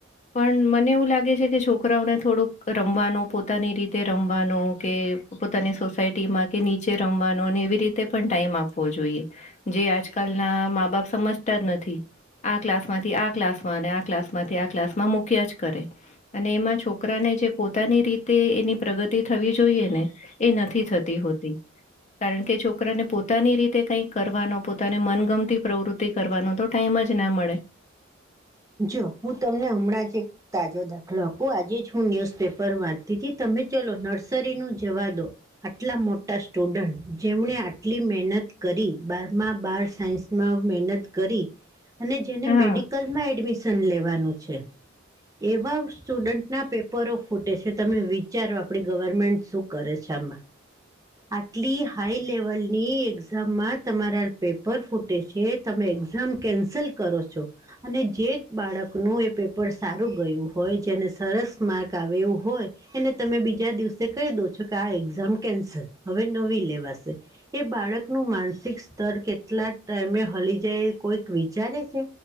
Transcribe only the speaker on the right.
જો હું તમને હમણાં જ એક તાજો દાખલો આપું આજે જ હું ન્યુઝપેપર વાંચતી દીદી તમે ચલો નર્સરીનું જવા દો આટલા મોટા સ્ટુડન્ટ જેમણે આટલી મહેનત કરી બારમાં બાર સાયન્સમાં મહેનત કરી. અને જેને
મેડિકલમાં એડમિશન લેવાનું છે. એવા સ્ટુડન્ટના પેપરો ફૂટે છે તમે વિચારો આપડી ગવર્મેન્ટ શું કરે છે. <unintelligible> આટલી હાઈલેવલની એક્ઝામમાં તમારા પેપર ફૂટે છે તમે એક્ઝામ કેન્સલ કરો છો અને જે બાળકનું એ પેપર સારું ગયું હોય જે ને સરસ માર્ક આવે એવું હોય એને તમે બીજા દિવસે કહી દો છો કે આ એક્ઝામ કેન્સલ. હવે નવી લેવાશે એ બાળકનું માનસિક સ્તર કેટલા ટાઈમે હલી જાય. કોઈક વિચારે છે